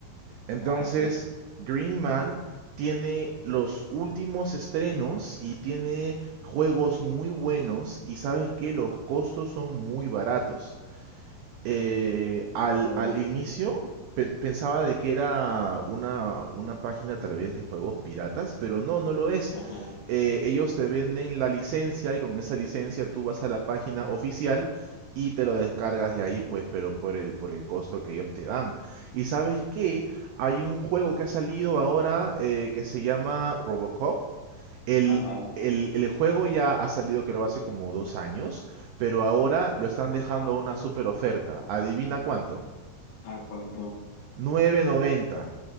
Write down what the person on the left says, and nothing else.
Ah, sí,
órale.
Ajá,
ajá.
¿A cuánto?